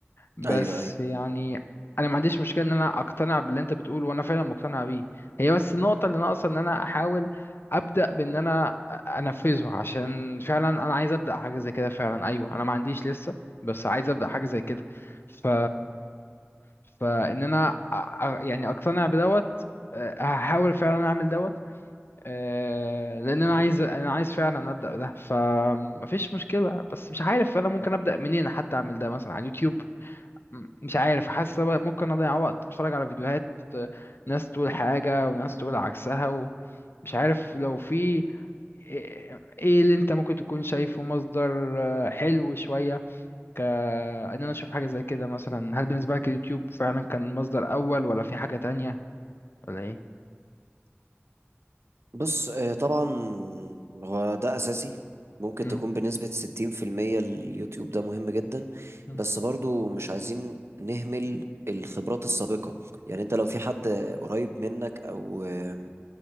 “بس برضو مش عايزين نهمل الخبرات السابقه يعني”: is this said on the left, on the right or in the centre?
Right